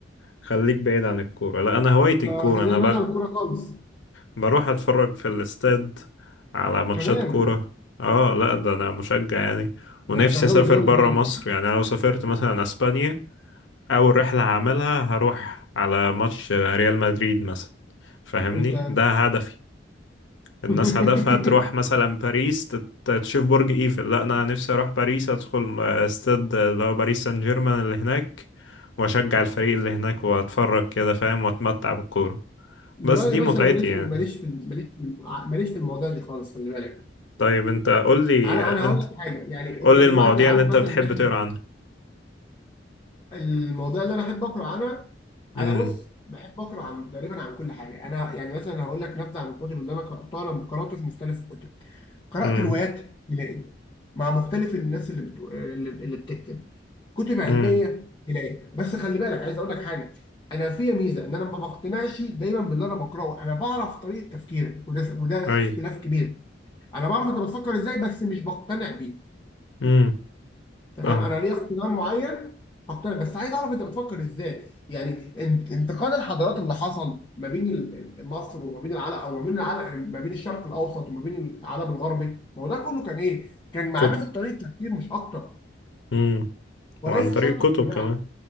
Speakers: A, on the left; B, on the left.
A: خليك بعيد عن الكورة لا انا هوايتي الكورة
B: آه، خلاني
A: انا
B: بعيد عن الكوره خالص
A: بروح اتفرج في الاستاد على ماتشات
B: كمان
A: كورة اه لا ده انا مشجع يعني ونفسي
B: ده انت غاوي
A: اسافر
B: غاوي
A: برا
B: خالص
A: مصر يعني أنا لو سافرت مثلا اسبانيا اول رحلة هعملها هروح على ماتش ريال مدريد مثلا فاهمني
B: انت
A: ده هدفي الناس
B: <laughs>
A: هدفها تروح مثلا باريس تت- تشوف برج ايفل لا انا نفسي اروح باريس ادخل استاد اللي هو باريس سان جيرمان اللي هناك واشجع الفريق اللي هناك واتفرج كده فاهم واتمتع بالكورة
B: لا
A: بس دي
B: يا باشا
A: متعتي
B: انا ماليش
A: يعني
B: في ماليش في ماليش في ماليش في المواضيع دي خالص خلي بالك
A: طيب انت قول لي
B: انا
A: انت
B: انا هقول لك حاجه يعني
A: قول
B: انت
A: لي
B: دلوقتي
A: المواضيع
B: عارف
A: اللي انت
B: مثلا
A: بتحب
B: ان احنا
A: تقرا عنها
B: المواضيع اللي انا بحب اقرا عنها
A: امم
B: انا بص بحب اقرا عن تقريبا عن كل حاجه انا يعني مثلا هقول لك نبذه عن الكتب اللي انا قراتها انا قرات في مختلف الكتب قرأت
A: امم
B: روايات هلال مع مختلف الناس اللي بتو... اللي اللي بتكتب كتب علمية
A: امم
B: هلال بس خلي بالك عايز أقول لك حاجة أنا فيا ميزة إن أنا ما بقتنعش دايما باللي أنا بقرأه أنا بعرف طريقة تفكيرك وده وده
A: اي
B: اختلاف كبير أنا بعرف أنت بتفكر إزاي بس مش بقتنع بيه
A: امم
B: تمام
A: فاهم
B: انا ليا اقتناع معين هقتنع بس عايز اعرف انت بتفكر ازاي يعني انت- انتقال الحضارات اللي حصل ما بين ال- ال- مصر وما بين العالم او ما بين العالم ما بين الشرق الاوسط وما بين العالم الغربي ما هو ده كله كان ايه كان معرفه
A: كتب
B: طريقه تفكير مش اكتر
A: امم
B: وليس
A: وعن طريق
B: شرط اقتناع
A: الكتب كمان